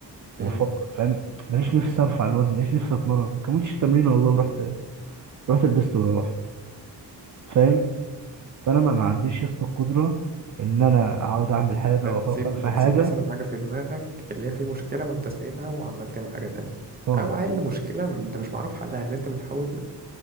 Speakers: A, on the right; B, on the right.
A: وبفكر
B: ايوه
A: فاهم ماليش نفسي ارفع الوزن ماليش نفسي اتمرن ما كملتش التمرين والله ورحت رحت لبست وروحت فاهم فانا ما ما عنديش يا اسطى القدره ان انا اقعد اعمل حاجه
B: ده
A: او
B: تسيب
A: افكر في
B: ده
A: حاجه
B: تسيب مثلا حاجة في دماغك اللي هي في مشكلة وانت سايبها وعمال تعمل حاجة تانية
A: اه
B: أو عيل مشكلة انت مش معروف حلها اللي انت بتحاول